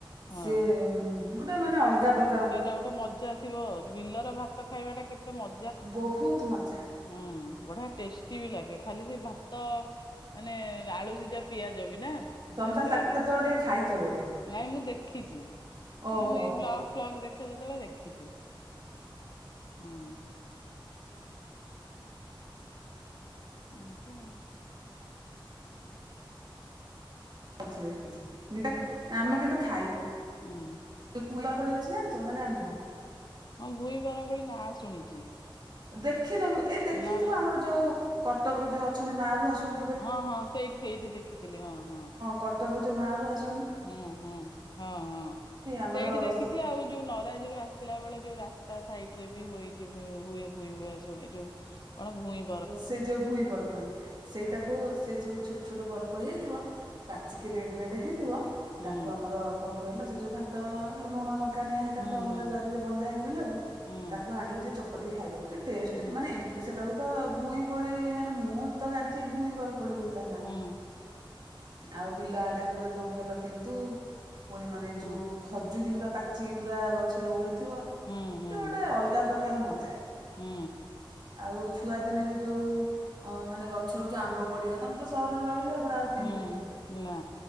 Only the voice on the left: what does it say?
ହଁ
ସେଇଟା ଗୋଟେ ମଜା ଥିବ ବିଲରେ ଭାତ ଖାଇବାଟା କେତେ ମ
ହୁଁ ବଢିଆ ଟେଷ୍ଟି ବି ଲାଗେ ଖାଲି ସେଇ ଭାତ ମାନେ ଆଳୁ ସି ଯା ପିଆଜ ବି ନା
ଚେଷ୍ଟି
ଲାଗେନି
ନାଇଁ ମୁଁ ଦେଖିଛି ମାନେ
ମୁଁ ଏଇ ବ ଫ୍ଲଗ ଦେଖା ଯାଉଥିଲା ଦେଖିଛି। ଉଁ। ଏମିତି ଆଉ।
ହୁଁ।
ହଁ ଭୁଇଁ ବର କୋଳି ନାଁ ଶୁଣିଛି।
ନା ମୁଁ
ହଁ ହଁ ସେଇଠି ସେଇଠି ଦେଖିଥିଲି ହଁ ହଁ।
ହେଁ ହେଁ ହଁ ହଁ
ସେଇଠି ଦେଖିଛି
ଆଉ ଯୋଉ ନ ତାଧିରୁ ଆସିଲା ବେଳେ ଯୋଉ ରାସ୍ତା ସାଇଟି ରେ ବି ହୁଏ ଯୋ ଭ ହୁଏ ଭୁ ଭୁଦ୍ଦାଶୁଣି ଯୋଉ କଣ ଭୂଇଁ
ହୁଁ
ହୁଁ
ହୁଁ
ହୁଁ
ହୁଁ
ହୁଁ
ହୁଁ
ହୁଁ ହୁଁ।
ହୁଁ।
ହୁଁ
ନା